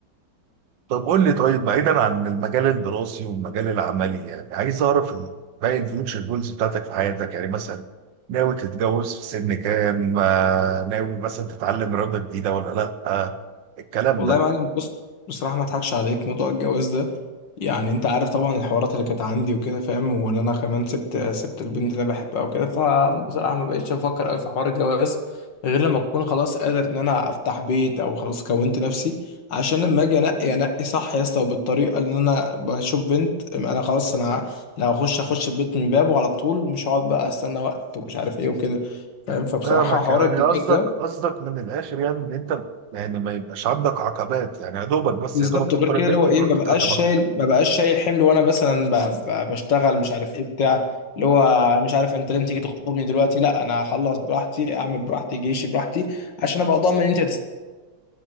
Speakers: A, on the right (about 70°); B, on the left (about 65°).
A: طب قول لي طيب بعيدا عن المجال الدراسي والمجال العملي يعني عايز اعرف ال- باقي الفيوتشر جولز بتاعتك في حياتك يعني مثلا ناوي تتجوز في سن كام آه، ناوي مثلا تتعلم رياضة جديدة ولا لا آه، الكلام
B: والله
A: ده
B: يا معلم بص بصراحة ما اضحكش عليك موضوع الجواز ده يعني انت عارف طبعا الحوارات اللي كانت عندي وكده فاهم وان انا كمان سبت سبت البنت اللي انا بحبها وكده فبصراحة ما بقتش افكر قوي في حوار الجواز غير لما اكون خلاص قادر ان انا افتح بيت او خلاص كونت نفسي عشان لما اجي انقي انقي صح يا اسطى وبالطريقة اللي انا بشوف بنت انا خلاص انا لو اخش اخش البيت من بابه على طول مش هقعد بقى استنى وقت ومش عارف ايه وكده فاهم فبصراحة
A: فاهمك
B: حوار
A: يعني
B: الجواز
A: قصدك
B: ده
A: قصدك من الاخر يعني ان انت يعني ما يبقاش عندك عقبات يعني يا دوبك بس
B: بالظبط
A: يا دوبك تختار
B: وغير كده
A: البنت
B: اللي هو
A: تروح
B: ايه ما
A: تتقدم
B: بقاش شايل
A: على-
B: ما بقاش شايل حمل وانا مثلا ب- ب- بشتغل مش عارف ايه بتاع اللي هو مش عارف انت لازم تيجي تخطبني دلوقتي لا انا هخلص براحتي اعمل براحتي جيشي براحتي عشان ابقى ضامن ان انت